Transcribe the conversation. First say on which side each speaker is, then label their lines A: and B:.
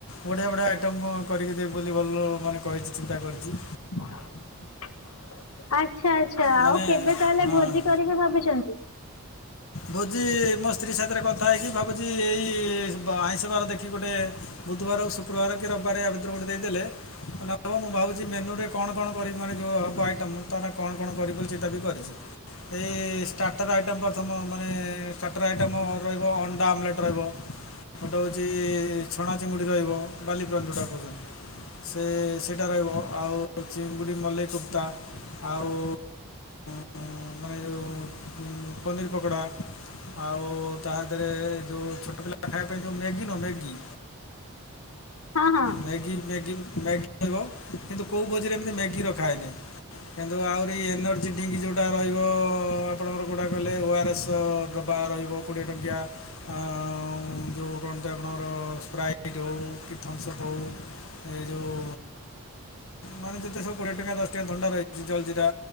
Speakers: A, on the left; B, on the left.
A: ବଢିଆ ବଢିଆ ଆଇଟମ କରିକି ଦେବି ବୋଲି ଭଲ ମାନେ କହିଛି ଚିନ୍ତା କରିଚି।
B: ଆଚ୍ଛା ଆଚ୍ଛା ଆଉ
A: ମାନେ
B: କେବେ ତାହଲେ
A: ହଁ
B: ଭୋଜି କରି ସେ ଭାବିଚନ୍ତି।
A: ଭୋଜି ମୋ ସ୍ତ୍ରୀ ସାଥିରେ କଥା ହେଇକି ଭାବୁଚି ଏଇ ଆଇଁଷ ବାର ଦେଖି ଗୋଟେ ବୁଧବାର ଆଉ ଶୁକ୍ରବାର କି ରବିବାର ଆ ଭିତରେ ଗୋଟେ ଦେଇଦେଲେ ନା ବା ମୁଁ ଭାବୁଚି ମେନୁ ରେ କଣ କଣ କରିବି ମାନେ ଯୋଉ ହବ ଆଇଟମ୍ ତା କଣ କଣ କରିବ ବୋଲି ଚିନ୍ତା ବି କରିଚି। ଏଇ ଷ୍ଟାର୍ଟର ଆଇଟମ୍ ପ୍ରଥମ ମାନେ ଷ୍ଟାର୍ଟର ଆଇଟମ୍ ରହିବ ଅଣ୍ଡା ଆମଲେଟ୍ ରହିବ ଗୋଟେ ହୋଉଚି ଛଣା ଚିଙ୍ଗୁଡ଼ି ରହିବ ବାଲି ଫ୍ରାଏ କହୁଚନ୍ତି। ସେ ସେଇଟା ରହିବ ଆଉ ଚିଙ୍ଗୁଡ଼ି ମଲ୍ଲେଇ କୁପ୍ତା ଆଉ ଉଁ ମାନେ ଯୋଉ ପନିର୍ ପକୋଡ଼ା ଆଉ ତା ଦେହରେ ଯେଉଁ ଛୋଟ ପିଲା ଖାଇବା ପାଇଁ ଯେଉଁ ମ୍ୟାଗି ନୁହଁ ମ୍ୟାଗି
B: ହଁ ହଁ।
A: ମ୍ୟାଗି ମ୍ୟାଗି ମ୍ୟାଗି ଖାଇବ କିନ୍ତୁ କୋଉ ଭୋଜିରେ ଏମିତି ମ୍ୟାଗି ରଖା ହେଇନି। କିନ୍ତୁ ଆହୁରି ଏନର୍ଜି ଡ୍ରିଙ୍କ୍ ଯୋଉଟା ରହିବ ଆପଣଙ୍କର କୋଉଟା କହିଲେ ଓ ଆରସ୍। ଡବା ରହିବ କୋଡ଼ିଏ ଟଙ୍କିଆ। ଆ ଯୋଉ କଣନ୍ତ ଆପଣଙ୍କର ସ୍ପ୍ରାଇଟ୍ ହୋଉ କି ହଁ ସବୁ ଏଇ ଯୋଉ ମାନେ ଯେତେ ସବୁ କୋଡିଏ ଟଙ୍କା ଦଶ ଟଙ୍କା ଥଣ୍ଡା ରହିଛି ଜଲ୍ ଜିରା।